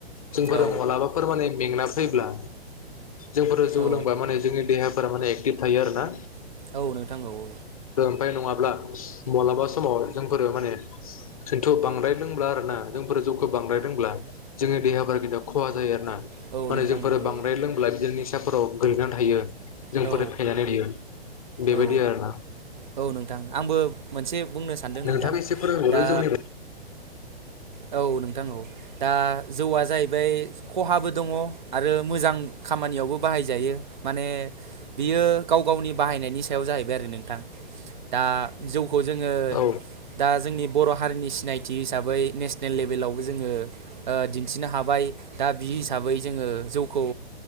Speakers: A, on the left; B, on the right.
A: जोंफोर
B: औ
A: माबलाबाफोर माने मेंना जैब्ला जोंफोर जौ
B: औ
A: लोंबा माने जोंनि देहा थारमाने एटिभ थायो आरो ना।
B: औ नोंथां औ औ।
A: नङाब मलाबा समाव जोंफोरो माने सोंन्थ' बांद्राय लोंब्ला आरो ना जोंफोरो जौखौ बांद्राय लोंब्ला जोंनि देहाफोरा खिन्थु खहा जायो आरो ना
B: औ
A: माने
B: नोंथां
A: जोंफोर
B: औ औ
A: बांद्राय लोंब्ला बिदि निसाफोराव गोगलैना थायो। जोंफोर
B: औ
A: फेनानै थायो बेबायदि
B: औ
A: आरोना
B: औ नोंथां आंबो मोनसे बुंनो सानदों
A: नोंथाङा
B: नोंथां
A: एसे फोरोंहरदो
B: दा
A: जौनि
B: औ नों नांगौ दा जौआ जाहैबाय खहाबो दङ आरो मोजां खामानियावबो बाहायजायो माने बियो गाव गावनि बाहायनायनि सायाव जाहैबाय आरो नोंथां दा जौ खौ जोङो
A: औ
B: दा जोंनि बर' हारिनि सिनायथि हिसाबै नेस जोङो दिन्थिनो हाबाय दा बि हिसाबै जोङो जौखौ